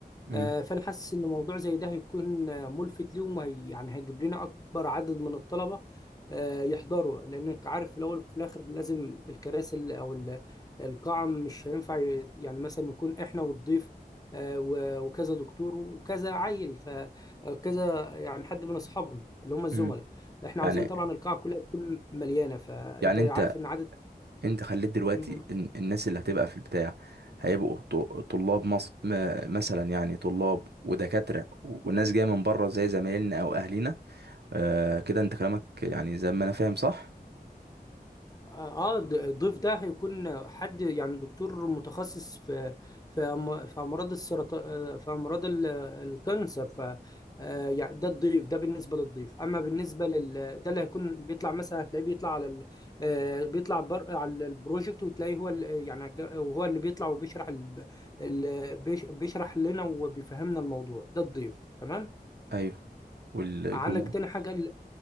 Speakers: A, on the right; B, on the left.
A: مم.
B: آه، فانا حاسس ان موضوع زي ده هيكون آه، ملفت ليهم وهي يعني هيجيب لنا اكبر عدد من الطلبه آه، يحضروا لانك عارف في الاول وفي الاخر لازم الكراسي ال- او ال- القاعه مش هينفع ي- يعني مثلا يكون احنا والضيف آه، و- وكذا دكتور وكذا عيل فكذا يعني حد من اصحابنا اللي هم الزملاء
A: مم.
B: احنا عاوزين
A: يعني
B: طبعا القاعه كلها تكون مليانه فانت
A: يعني
B: عارف
A: انت
B: ان
A: انت خليت دلوقتي
B: عدد
A: ال- الناس اللي هتبقى في البتاع هيبقوا ط- طلاب مصر م- مثلا يعني طلاب ودكاترة و- وناس جاية من بره زي زمايلنا او اهلينا آه كده انت كلامك يعني زي ما انا فاهم صح
B: اه آه، د- الضيف ده هيكون حد يعني دكتور متخصص في في أم- في امراض السرطان في امراض ال- الكانسر ف آه، يعني ده الضيف ده بالنسبه للضيف اما بالنسبه لل ده اللي هيكون بيطلع مثلا هتلاقيه بيطلع على ال... آه، بيطلع بر... على البروجكت وتلاقيه هو ال... يعني الج- وهو اللي بيطلع وبيشرح ال... ال... بيش- بيشرح لنا وبيفهمنا الموضوع ده الضيف تمام
A: ايوه والجمهور
B: عندك تاني حاجة ال...